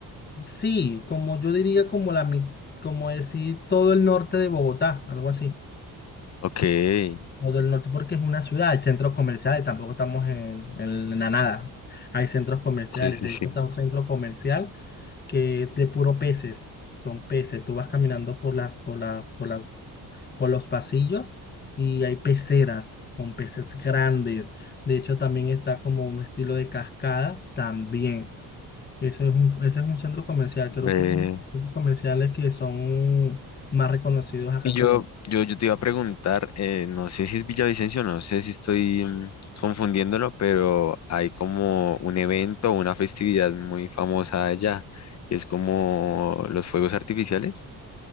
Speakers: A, on the left; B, on the left.
A: Sí, como yo diría como la mi- como decir todo el norte de Bogotá, algo así.
B: Ok, sí,
A: Todo el norte porque es una ciudad, hay centros comerciales, tampoco estamos en, en la nada. Hay centros comerciales,
B: sí,
A: de
B: sí.
A: hecho está un centro comercial que es de puro peces, son peces. Tú vas caminando por las, por las, por las, por los pasillos y hay peceras con peces grandes. De hecho también está como un estilo de cascada también. Eso es un, ese es un centro comercial.
B: Ve.
A: Creo que es uno de los centros comerciales que son más reconocidos acá
B: Y
A: en
B: yo,
A: Colombia.
B: yo, yo te iba a preguntar, eh, no sé si es Villavicencio, no sé si estoy mm, confundiéndolo, pero hay como un evento, una festividad muy famosa allá, que es como los fuegos artificiales.